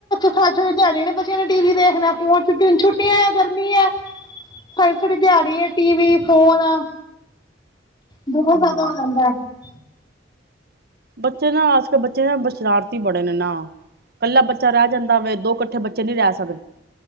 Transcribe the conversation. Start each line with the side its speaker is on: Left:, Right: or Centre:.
Left: ਸਾਰੇ- ਸਾਰੇ ਦਿਹਾੜੀ ਨੇ ਬੱਚਿਆਂ ਨੇ ਟੀ ਵੀ ਦੇਖਣਾ, ਫੋਨ ਛੁੱਟਿਆਂ ਆ ਗਰਮੀ ਹੈ। ਸਾਰੀ- ਸਾਰੀ ਦਿਹਾੜੀ ਆ, ਟੀਵੀ ਫੋਨ ਆ। ਬਹੁਤ ਜਿਆਦਾ
Right: ਹੂੰ
Left: ਹੋ ਜਾਂਦਾ ਹੈ।
Right: ਬੱਚੇ ਨਾ ਅੱਜ ਦੇ ਬੱਚੇ ਨਾ ਸ਼ਰਾਰਤੀ ਬੜੇ ਨੇ ਨਾ। ਇਕੱਲਾ ਬੱਚਾ ਰਹਿ ਜਾਂਦਾ ਵੇ। ਦੋ ਇਕੱਠੇ ਬੱਚੇ ਨਹੀਂ ਰਹ ਸਕ